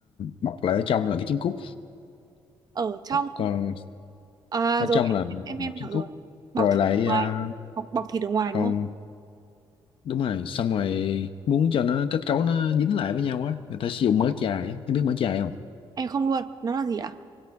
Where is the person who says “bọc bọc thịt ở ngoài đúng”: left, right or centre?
Right